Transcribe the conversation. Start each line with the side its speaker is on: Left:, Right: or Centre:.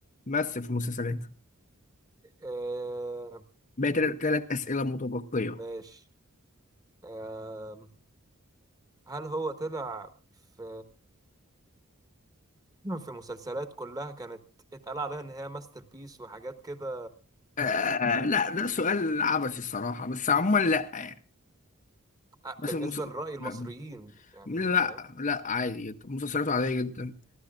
Left: مثل في مسلسلات
Right: آه
Left: بقى ثلاث اسئله متبقيه
Right: ماشي آه هل هو طلع في <clears throat> في مسلسلات كلها كانت اتقال عليها ان هي ماستر بيس وحاجات كده
Left: آه لا ده سؤال عبثي الصراحة بس عموما لا يعني.
Right: آه،
Left: بس
Right: بالنسبة
Left: المس...
Right: لرأي المصريين
Left: ما-
Right: يعني
Left: لا
Right: فاهم
Left: لا عادي جدا مسلسلاته عادية جدا